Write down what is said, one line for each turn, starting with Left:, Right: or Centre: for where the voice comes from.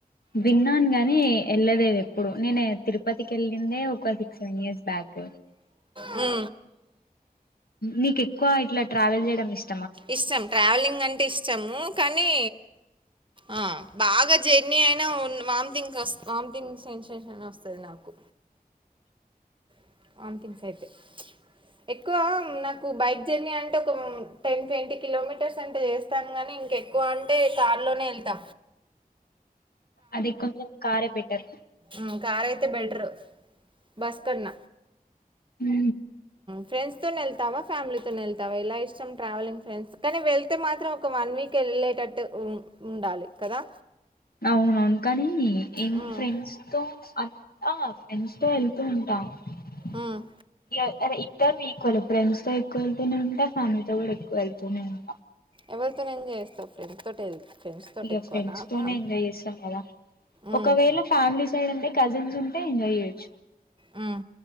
Left: విన్నాను గాని వెళ్ళలేదు ఎప్పుడు నేను తిరుపతికి వెళ్ళిందే ఒక సిక్స్ సెవెన్ ఇయర్స్ బ్యాక్
Right: ఉ
Left: నీకు ఎక్కువ ఇట్లా ట్రావెల్ చేయడం ఇష్
Right: ఇష్టం ట్రావెలింగ్ అంటే ఇష్టము కానీ ఆ బాగా జర్నీ అయినా వామిటింగ్ వామిటింగ్ సెన్సేషన్ వస్తుంది నాకు <inaudible>
Left: ఉ
Right: ఎక్కువ నాకు బైక్ జర్నీ అంటే ఒక టెన్ ట్వంటీ కిలోమీటర్స్ అంటే చేస్తాను గాని ఎక్కువ అంటే కారులోనే వెళ్త
Left: అది కొంచెం కారే బెటర్
Right: ఉమ్, కార్ అయితే బెటరు బస్ కన్న
Left: హు
Right: ఫ్రెండ్స్ తోని వెళ్తావ ఫ్యామిలీ తోని వెళ్తావా ఎలా ఇష్టం ట్రావెలింగ్ ఫ్రెం కానీ వె వెళ్తే మాత్రం ఒక వన్ వీక్ వెళ్లేేటట్టు ఉండాలి కదా
Left: అవునువును కానీ ఏం
Right: మ్మ్
Left: ఫ్రెండ్స్ తో అంత ఫ్రెండ్స్ తో వెళ్తూ ఉంట <unintelligible>
Right: మ్మ్
Left: ఫ్రెండ్స్ తో ఎక్కువ వెళ్తూనే ఉంటా ఫ్యామిలీతో కూడా ఎక్కువ వెళ్తూనే ఉంట
Right: ఎవరితో ఎంజాయ్ చేస్తావు ఫ్రెండ్స్ తోటే ఫ్రెండ్స్ తోటి
Left: ఇగ
Right: ఎక్కువనా
Left: ఫ్రెండ్స్తోతోనే
Right: ఫ్యామ్
Left: ఎంజాయ్ చేస్తాం కదా
Right: మ్మ్
Left: ఒకవేళ ఫ్యామిలీ సైడ్ అంటే కజిన్స్ ఉంటే ఎంజాయ్ చేయొచ్చు
Right: ఆ